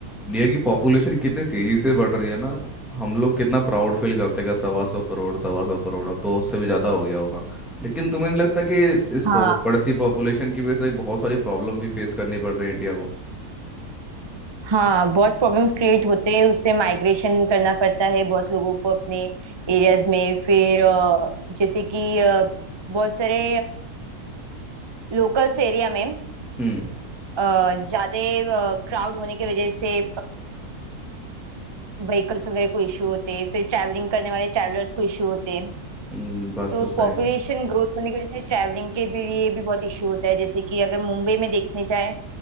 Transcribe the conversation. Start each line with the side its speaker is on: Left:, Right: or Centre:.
Centre: India की population कितनी तेजी से बढ़ रही है ना हम लोग कितना प्राउड फील करते हैं कि सवा सौ करोड़ सवा सौ करोड़ अब तो उससे भी ज़्यादा हो गया होगा लेकिन तुम्हें नहीं लगता कि इस
Right: हाँ
Centre: पॉप- बढ़ती पॉपुलेशन की वजह से बहुत सारी प्रॉब्लम भी फेस करनी पड़ रही है इंडिया को
Right: हाँ बहुत प्रॉब्लम्स क्रिएट होते हैं उससे माइग्रेशन करना पड़ता है बहुत लोगों को अपने एरियाज में फिर अ, जैसे कि अ, बहुत सारे लोकल्स एरिया में
Centre: हम्म
Right: ज़्यादा क्राउड होने की वजह से व्हीकल्स वगैरह को इश्यू होते हैं फिर ट्रैवलिंग करने वाले ट्रैवलर्स को इश्यू होते हैं
Centre: हम्म, बात
Right: तो
Centre: तो सही
Right: पॉपुलेशन
Centre: है।
Right: ग्रोथ होने की वजह से ट्रैवलिंग के भी लिए भी बहुत इश्यू होता है जैसे कि अगर मुंबई में देखने जाए